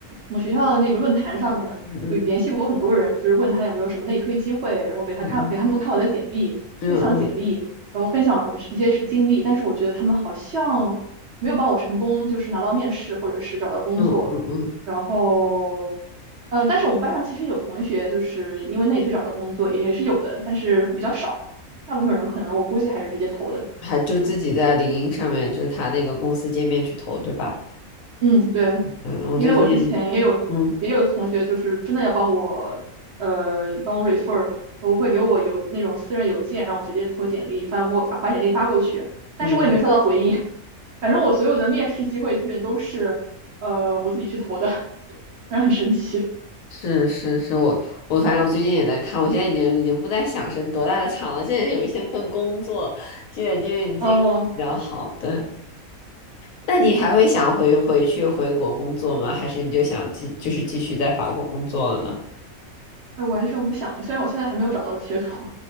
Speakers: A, on the right; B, on the left.
A: 我们学校的那个论坛上面有联系过很多人，
B: 嗯嗯
A: 就是问他有没有什么内推机会，然后给他看，
B: 嗯嗯
A: 给他们看我的简历，
B: 嗯
A: 分享简历，然后分享一些经历，但是我觉得他们好像没有帮我成功，就是拿到面试或者是找到工作。
B: 嗯嗯嗯嗯，
A: 然后呃，但是我们班上其实有同学就是因为内推找到工作，也也是有的，但是比较少。大部分人可能我估计还是直接投的。
B: 还就自己在领英上面，就是他那个公司界面去投，对吧？
A: 嗯，对，
B: 嗯，我最近，
A: 因为我之前也有也有同学就是真的要帮我呃帮我
B: 嗯
A: refer，我会给我邮那种私人邮件让我直接投简历，发过发把简历发过去，但是我也没收到回应。
B: 嗯嗯，
A: <laughs> 反正我所有的面试机会基本都是呃我自己去投的，<laughs> 反正很神奇。
B: 是是是我我反正我最近也在看，我现在已经已经不再想是多大的厂了，现在有一些份工作积累经验经比较好，
A: 哦，
B: 对，那你还会想回回去回国工作吗？还是你就想继就是继续在法国工作了呢？
A: 哎，完全不想，虽然我现在还没有找到学徒。